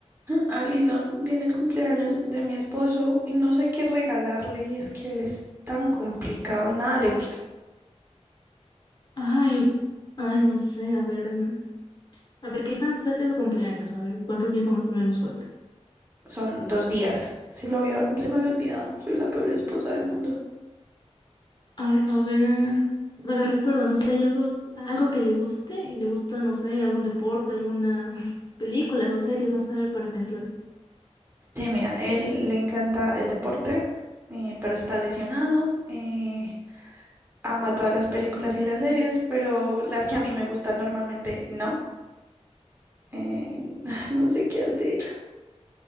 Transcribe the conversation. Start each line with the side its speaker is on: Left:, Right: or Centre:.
Right: <laughs> Alison, viene el cumpleaños de mi esposo y no sé qué regalarle y es que él es tan complicado, nada le gusta.
Left: Ay, ay, no sé, a ver, mm, a ver qué tan cerca es su cumpleaños, a ver cuánto tiempo más o menos falta.
Right: Son dos días, se lo había, se me había olvidado, soy la peor esposa del mundo.
Left: Ay, a ver, a ver, recuerda, no sé, hay algo, algo que le guste, le gusta, no sé, algún deporte, algunas <laughs> películas o series, no sé, a ver, para pensar.
Right: Sí, mira, él le encanta el deporte, eh, pero está lesionado, eh, ama todas las películas y las series, pero las que a mí me gustan normalmente no. Eh, <laughs> <sighs> no sé qué hacer.